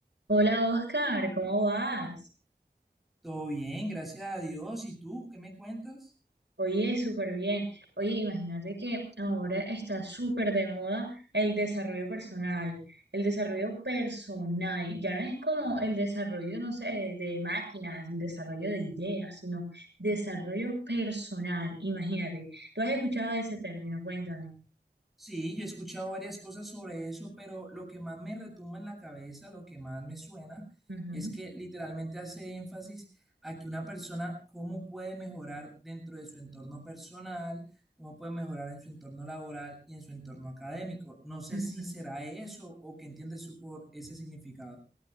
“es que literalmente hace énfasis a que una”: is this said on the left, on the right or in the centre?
Centre